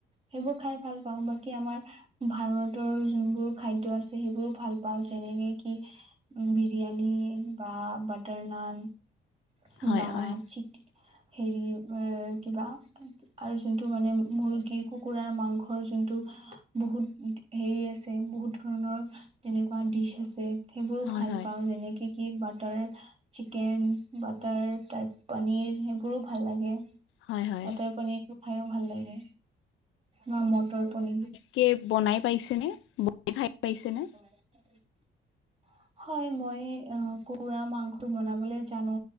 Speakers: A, on the right; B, on the left.
A: সেইবোৰ খাই ভাল পাওঁ বাকী আমাৰ ভাৰতৰ যোনবোৰ খাদ্য আছে সেইবোৰো ভাল পাওঁ যেনেকে কি বিৰিয়ানি বা বাটাৰ নান
B: হয়
A: বা
B: হয়
A: চিকে হেৰি এ কিবা আৰু যোনটো মানে মুৰ্গীৰ কুকুৰাৰ মাংসৰ যোনটো বহুত হেৰি আছে বহুত ধৰণৰ তেনেকুৱা ডিচ আছে সেইবোৰো
B: হয়
A: ভাল
B: হয়
A: পাওঁ যেনেকে কি কি বাটাৰ চিকেন বাটাৰ তাৰ পনীৰ সেইবোৰো ভাল লাগে
B: হয় হয়
A: বাটাৰ পনিৰটো খায়ো ভাল লাগে ন মটৰ পনিৰ
B: কে বনাই পাইছেনে বনাই খাই পাইছেনে
A: <unintelligible> হয়, মই কুকুৰা মাংসটো বনাবলৈ জানো